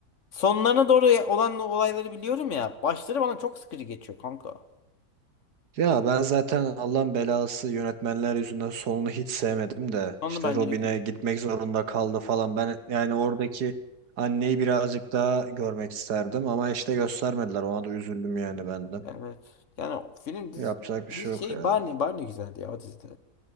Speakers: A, on the left; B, on the right.
A: Sonlarına doğru olan olayları biliyorum ya. Başları bana çok sıkıcı geçiyor kanka.
B: Ya ben zaten Allah'ın belası yönetmenler yüzünden sonunu hiç sevmedim de
A: Sonu
B: işte
A: bence
B: Robin'e
A: de kötü.
B: gitmek zorunda kaldı falan. Ben yani oradaki anneyi birazcık daha görmek isterdim ama işte göstermediler. Ona da üzüldüm yani ben de.
A: Evet. Yani o film dizi,
B: Yapacak bir
A: dizi
B: şey
A: şey
B: yok ya.
A: Barney Barney güzeldi ya o dizide.